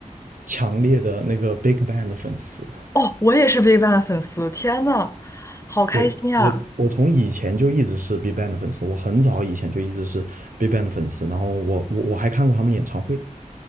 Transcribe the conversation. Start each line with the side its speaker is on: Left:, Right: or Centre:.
Right: 强烈的那个 Big Bang 的粉丝。
Left: <laughs> 哦，我也是 V i 的粉丝，天呐，好开心啊！
Right: 对，我我从以前就一直是 Big Bang 的粉丝，我很早以前就一直是 Big Bang 的粉丝，然后我我我还看过他们演唱会。